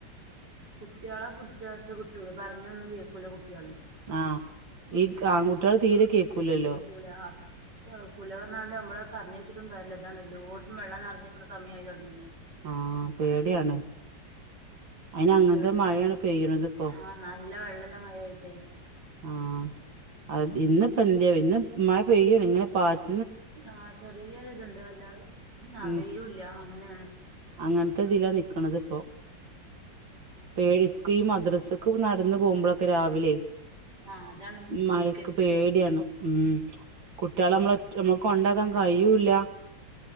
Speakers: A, on the right; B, on the right.
A: കുട്ടികളെ പുടിച്ചോടത് കിട്ടൂല. പറഞ്ഞൊന്നും കേക്കൂല കുട്ടികൾ.
B: ആഹ് ഈ ആൺകുട്ടികള് തീരെ കേക്കൂലല്ലോ
A: കേകൂല. ആഹ് കേകൂല. പറഞ്ഞാണ്ട് നമ്മള് പറഞ്ഞയിച്ചിട്ടും കാര്യല്ല. ഇതാണ് എല്ലോടത്തും വെള്ളം നിറഞ്ഞിരിക്ക്ണ സമയമായി തുടങ്ങില്ലെ.
B: ആഹ് പേടിയാണ്. അയിന് അങ്ങനത്തെ
A: ഇല്ല
B: മഴയാണ് പെയ്യണത് ഇപ്പോ.
A: ആഹ് നല്ല വെള്ളല്ല മഴ ആയ്യിട്ടേ.
B: ആഹ് അ ഇന്നപ്പോ എന്തേ ആവോ. ഇന്ന് മഴ പെയ്യല്ല ഇങ്ങനെ പാറ്റ
A: ആഹ് ചെറിയൊരു ഇതുണ്ട്. അല്ലാതെ
B: ഉം
A: വെയിലുല്ല അങ്ങനൊണ്.
B: അങ്ങനത്തെ ഇതിലാ നിക്കണത് ഇപ്പൊ. <unintelligible> ഈ മദ്രസക്ക് ന നടന്ന് പോകുമ്പോഴൊക്കെ രാവിലെ
A: ആഹ് അതാണ് ബുദ്ധിമുട്ട്
B: മഴക്ക്
A: കെതിയേട്
B: പേടിയാണ്. ഉം കുട്ടികളെ നമ്മള് നമ്മക്ക് കൊണ്ടാക്കാൻ കയ്യുല്ല